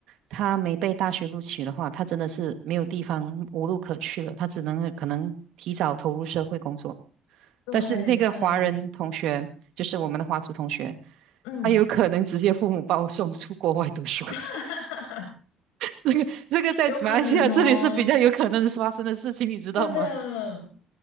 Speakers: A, on the right; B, on the left.
A: 他没被大学录取的话，他真的是没有地方无路可去了，他只能可能提早投入社会工作。
B: 对对，
A: 但是那个华人同学，就是我们的华族同学，
B: 嗯。
A: 他有可能直接父母把我送出国外读书，
B: <laughs>
A: <laughs> 这个这个在马来西亚这里是比较有可能是发生的事情，
B: 有可能哦，
A: 你知道吗？
B: 真的。